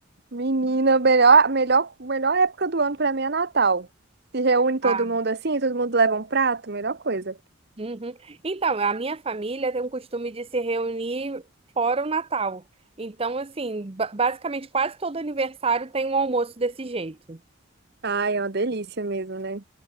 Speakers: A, on the right; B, on the right.
A: Menina, melhor, melhor, melhor época do ano pra mim é Natal. Se reúne todo
B: Ah,
A: mundo assim, todo mundo leva um prato, melhor coisa.
B: uhum. Então, a minha família tem um costume de se reunir fora o Natal. Então, assim, ba- basicamente quase todo aniversário tem um almoço desse jeito.
A: Ai, é uma delícia mesmo, né?